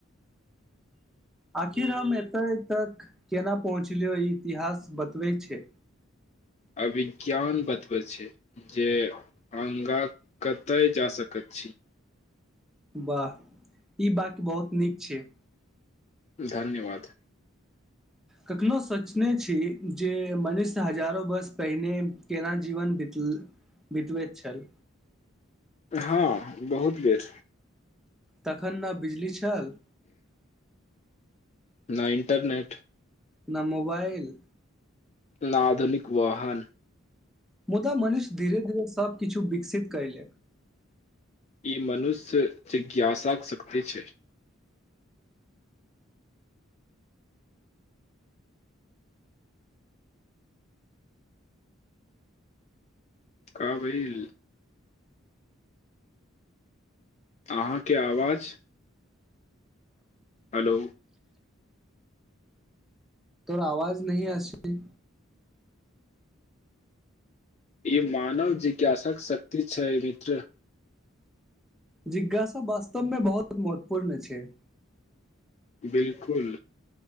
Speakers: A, in the centre; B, on the left.
A: आखिर हम एते तक केना पहुँचलियो ई इतिहास बतबे छैय।
B: अभिज्ञान बतबै छैय जे आगाँ कतय जा सकैत छी
A: वाह ई बाक बहुत नीक छैय
B: धन्यवाद
A: कखनहु सोचने छी जे मनुष्य हजारो वर्ष पहिने केना जीवन बितबैत छल
B: हँ बहुत बेर
A: तखन ने बिजली चल
B: नहि इंटरनेट
A: न मोबाइल
B: ना आधुनिक वाहन
A: मुदा मनीष धीरे धीरे सबबकिछु विकसित कैल
B: ई मनुष्य च ज्ञासा सकते छैय काबिल अहाँके आवाज हेलो
A: तोहर आवाज नहि अछि
B: ई मानव जिज्ञासक शक्त छैय मित्र
A: जिज्ञासा वास्तवमे बहुत महत्वपूर्ण छैय
B: बिलकुल